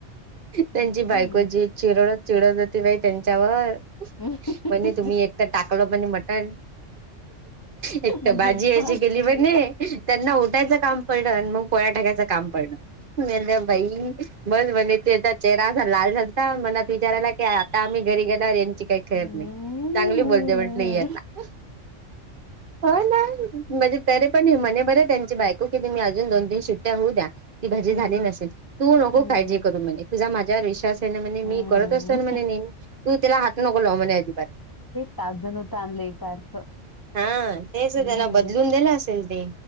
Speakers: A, on the left; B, on the right.
A: हम्म.
B: त्यांची बायको जी चिरडत चिडत होती बाई त्यांच्यावर.
A: <unintelligible>
B: म्हणे तुम्ही एक तर टाकल म्हणे मटण. एकत
A: म्हणजे
B: भाजी अशी
A: भाजी
B: केली म्हणे. त्यांना उठायच काम पडल. आणि मग पोळ्या टाकायच काम पडल. मी म्हटल बाई बस म्हणे तेचा चेहरा असा लाल झालता. मनात विचार आला कि आता आम्ही घरी गेल्यावर यांची काही खैर
A: हम्म.
B: नाही. चांगली बोलते म्हटल ही आता. हो ना म्हणजे तरी पण ही म्हणे बर त्यांची बायको की तुम्ही अजून दोन तीन सिट्ट्या होऊ द्या. ती भाजी
A: हम्म,
B: झाली नसेल. तू नको
A: हम्म,
B: काळजी करू म्हणे. तुझा माझ्यावर विश्वास म्हणे मी
A: हम्म.
B: करत असतो ना म्हणे नेहमी. तू त्याला हात नको लाऊ म्हणे अजिबात.
A: पाच जण होत याचा अर्थ.
B: हा तेच त्यांन
A: हम्म.
B: बदलून दिल असेल ते.